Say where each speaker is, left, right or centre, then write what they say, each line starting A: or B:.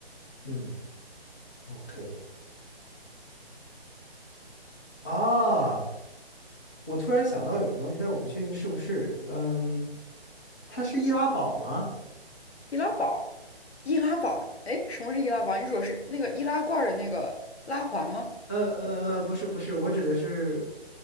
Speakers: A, on the left; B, on the left.
A: 嗯，OK 啊，我突然想到有一个东西，但是我不确定是不是，嗯，它是易拉宝吗？
B: 易拉宝，易拉宝，哎，什么是易拉宝？你说是那个易拉罐儿的那个拉环吗？
A: 呃呃呃，不是不是，我指的是，